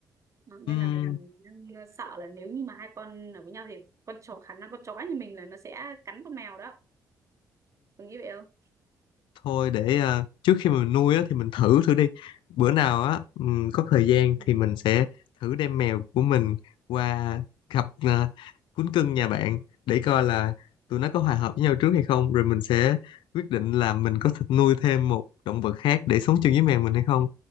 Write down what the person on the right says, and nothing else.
Đó, nên
là mình đang sợ là nếu như mà hai con ở với nhau thì con chó khả năng con chó như mình là nó sẽ cắn con mèo đó có nghĩ vậy không
Ừ.